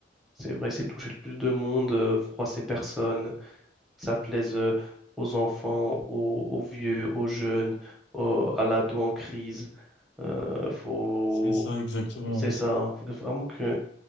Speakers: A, in the centre; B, on the left (about 80°).
A: C'est vrai, c'est toucher le plus de monde, euh, froisser personne, ça plaise euh, aux enfants, aux, aux vieux, aux jeunes, aux- à l'ado en crise. Euh, faut...
B: c'est ça exactement.
A: C'est ça, hein. faut que vraiment que